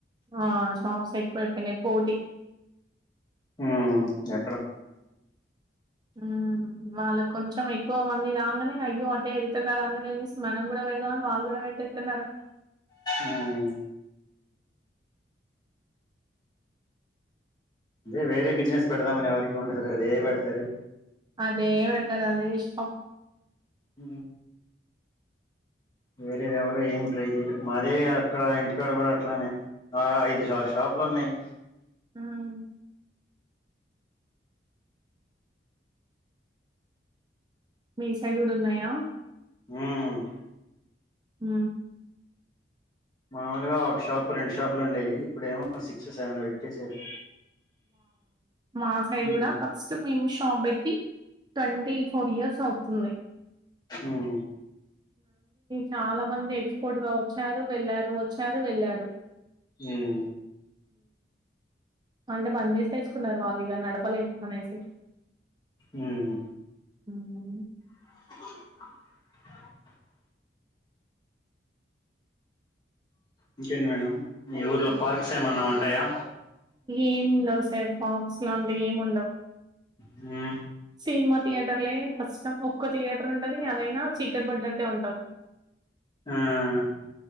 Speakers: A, on the right; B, on the left.
A: ఆ షాప్స్ ఏకువ అయిపోనాయీ పోటి
B: హ్మ్మ్
A: హ్మ్మ్ వాల కొంచెం ఎక్కువ మంది రాగానే అయ్యో అటే వెళ్తున్నారు అందరూ అదే తీసుకున్నారు. మనం కూడా వెళ్దాం వాళ్ళ కూడా వెళ్తున్నారు
B: ఉమ్ అదే వేరే బిజినెస్ పెడదామనివరి అదే పెడతారు
A: అదే వేడుతారు అదే ఇష్
B: ఆ వేరేది ఎవరు ఏమి ట్రై చేయ్యరు మాదే అక్కడ ఇంటికాడ కూడా అట్లానే ఆ ఐదు సార్ షాపులు ఉన్నాయి.
A: హ్మ్ మీ సైడ్ కూడా ఉన్నాయా.
B: ఉమ్
A: హ
B: మామూలుగా ఒక షాప్ రెండు షాపులు ఉండేయి ఇప్పుడేమో సిక్స్ సెవెన్ పెట్టేశారు
A: మా సైడ్
B: ఉమ్
A: కూడా ఫస్ట్ మేము షాప్ పెట్టి ట్వంటీ ఫోర్ ఇయర్స్ అవుతుంది
B: ఉమ్
A: చాలా మంది ఎక్స్పోర్టుగా వచ్చారు వెళ్లారు వచ్చారు వెళ్ళారు.
B: ఉమ్
A: అంటే పని చేసి తెచ్చుకున్నారు. వాళ్ళు ఇగా నడపలేము అనేసి.
B: ఉమ్
A: ఉమ్ హు
B: <inaudible> ఇంకేంటి మేడం మీ ఊర్లో పార్క్స్ ఏమన్నా ఉంటాయా
A: ఏముండవు పార్క్స్ లాంటివి ఏం ఉండవు
B: ఉం
A: సినిమా థియేటర్లే కష్టం ఒక్క థియేటర్ ఉంటది అదైనా చీకటి పడ్డట్టే ఉంటది
B: ఆఆ.